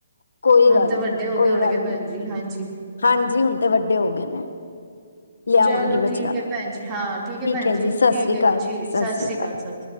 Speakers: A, on the left (about 75°); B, on the right (about 20°).
A: ਕੋਈ
B: ਹੁਣ
A: ਗੱਲ
B: ਤੇ
A: ਨੀ
B: ਵੱਡੇ ਹੋ
A: ਕੋਈ
B: ਗੇ ਹੋਣਗੇ
A: ਗੱਲ
B: ਪੈਨ
A: ਨੀ
B: ਜੀ ਹਾਂਜੀ।
A: ਹਾਂਜੀ ਹੁਣ ਤੇ ਵੱਡੇ ਹੋ ਗਏ ਨੇ। ਲਿਆਵਾਂਗੀ
B: ਚਲੋ
A: ਬੱਚਿਆਂ
B: ਠੀਕ
A: ਨੂੰ
B: ਏ ਪੈਣ ਜੀ, ਹਾਂ ਠੀਕ ਏ ਪੈਣ
A: ਹੈ
B: ਜੀ।
A: ਸਤਿ
B: ਠੀਕ
A: ਸ੍ਰੀ
B: ਏ
A: ਅਕਾਲ
B: ਚੀ
A: ਸਤਿ
B: ਸਾਸ
A: ਸ੍ਰੀ ਅਕਾਲ
B: ਰੀ ਕਾਲ ਸਾਸ